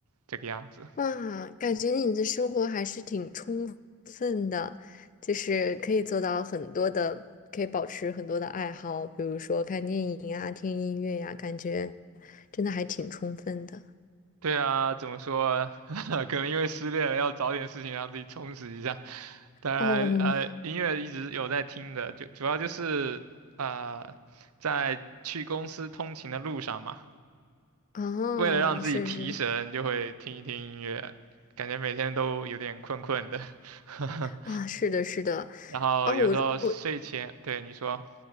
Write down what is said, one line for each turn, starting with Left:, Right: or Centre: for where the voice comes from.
Right: 这个样子。
Left: 哇，感觉你的生活还是挺充分的，就是可以做到很多的，可以保持很多的爱好，比如说看电影呀、听音乐呀，感觉真的还挺充分的。
Right: 对啊，怎么说？<laughs> 可能因为失恋了，要找点事情让自己充实一下。当然，
Left: 哦，
Right: 呃，音乐一直有在听的，就主要就是呃，在去公司通勤的路上嘛，
Left: 哦，
Right: 为了让自己提神，
Left: 是是
Right: 就会听一听音乐，感觉每天都有点困困的。<laughs>
Left: 啊，是的，是的，
Right: 然后有时候睡前，
Left: 啊，我我
Right: 对你说，